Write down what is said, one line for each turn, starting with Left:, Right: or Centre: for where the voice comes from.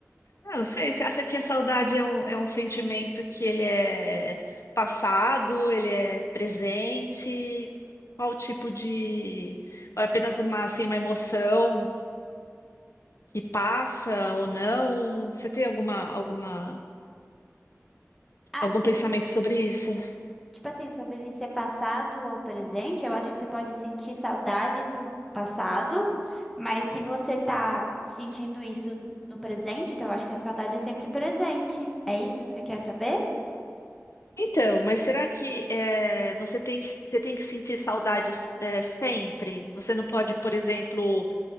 Left: Ah, Não sei, você acha que a saudade é um, é um sentimento que ele é passado, ele é presente? Qual tipo de... Ou é apenas uma, assim, uma emoção que passa ou não? Você tem alguma, alguma
Centre: Ah,
Left: Algum
Centre: você-
Left: pensamento sobre isso?
Centre: tipo assim, sobre ele ser passado ou presente, eu acho que você pode sentir saudade do passado, mas se você tá sentindo isso no presente, então eu acho que a saudade é sempre presente. É isso que você quer saber?
Left: Então, mas será que é, você tem que, você tem que sentir saudades é, sempre? Você não pode, por exemplo,